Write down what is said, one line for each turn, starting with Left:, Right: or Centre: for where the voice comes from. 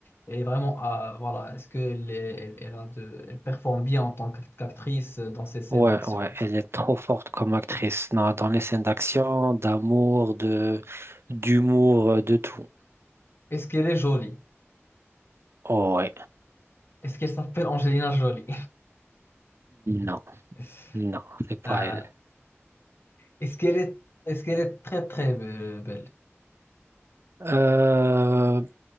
Left: elle est vraiment, ah, voilà. Est-ce qu'elle est- elle, elle a de- elle performe bien en tant qu'act- qu'actrice euh, dans ses scènes
Right: Ouais,
Left: d'action
Right: ouais,
Left: et tout ça?
Right: elle est trop forte comme actrice. Non, dans les scènes d'action, d'amour, de, d'humour, euh, de tout.
Left: Est-ce qu'elle est jolie?
Right: Oh, ouais.
Left: Est-ce qu'elle s'appelle Angelina Jolie?
Right: Non,
Left: <laughs>
Right: non, c'est pas
Left: Euh,
Right: elle.
Left: est-ce qu'elle est, est-ce qu'elle est très très euh, belle?
Right: Euh,